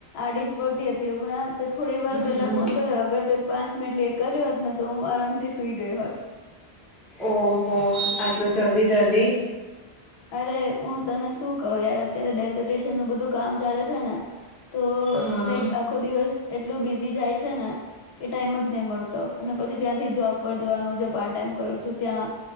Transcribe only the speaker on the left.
આડી જ પડતી હતી હમણાં. તે થોડી વાર
પહેલા ફોન કર્યો અગર પાંચ મિનટ લેટ કર્યો હોત ન તો હું આરામથી સુઈ ગઈ હોત.
અરે હું તને શું કહું યાર અત્યારે ડેઝર્ટેશન નું બધું કામ ચાલે છે ને. તો
લાઈક આખો દિવસ એટલો બીઝી જાય છે ને કે ટાઈમ જ નહી મળતો. અને પછી ત્યાંથી જોબ પર જવાનું જે પાર્ટ ટાઈમ કરું છું ત્યાં